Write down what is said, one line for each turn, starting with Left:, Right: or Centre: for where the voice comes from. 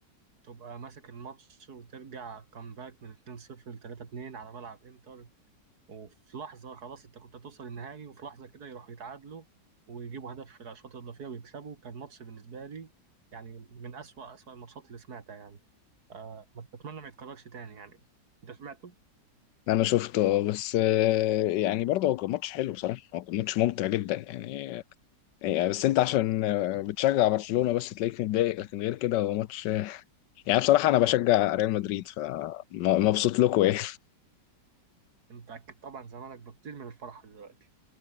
Right: تبقى ماسك الماتش وترجع كامباك من 2-0 ل 3-2 على ملعب انتر وفي لحظه خلاص انت كنت هتوصل النهائي وفي لحظه كده يروحوا يتعادلوا ويجيبوا هدف في الاشواط الاضافيه ويكسبوا كان ماتش بالنسبه لي يعني من اسوأ اسوأ الماتشات اللي سمعتها يعني آه ما اتمنى ما يتكررش تاني يعني انت سمعته
Left: انا شفته آه، بس آه، يعني برضه هو كان ماتش حلو بصراحة هو كان ماتش ممتع جدا يعني يعني بس انت عشان آه، بتشجع برشلونة بس تلاقيك متضايق لكن غير كده هو ماتش يعني بصراحة أنا بشجع ريال مدريد فمبسوط لكم إيه
Right: انت اكيد طبعا زمانك بتطير من الفرحه دلوقتي